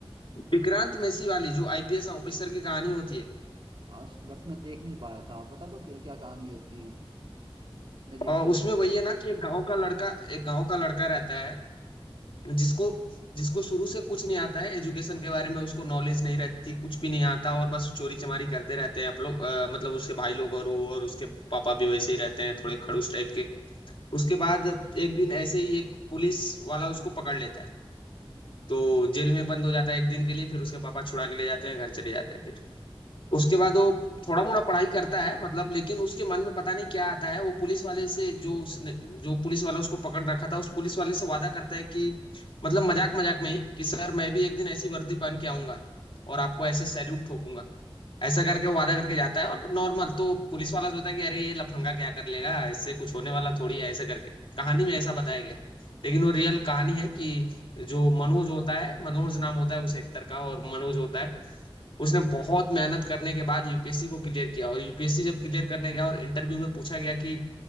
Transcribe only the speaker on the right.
आज बट मैं देख नहीं पाया था आप बता दो क्या क्या कहानी है उसकी है मैं देखता
हूँ
फिर